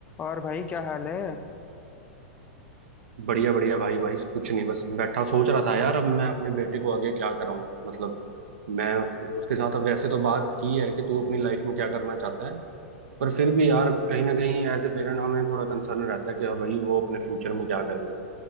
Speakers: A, on the left; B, on the right.
A: और भाई क्या हाल है
B: बढ़िया बढ़िया भाई भाई कुछ नहीं बस बैठा सोच रहा था यार अब मैं अपने बेटे को आगे क्या कराऊं मतलब मैं उस, उसके साथ अब वैसे तो बात की है कि तू अपनी लाइफ में क्या करना चाहता है पर फिर भी यार कहीं ना कहीं एज ए पेरेंट हमें थोड़ा कंसर्न रहता है कि हाँ भाई वो अपने फ्यूचर में क्या करेगा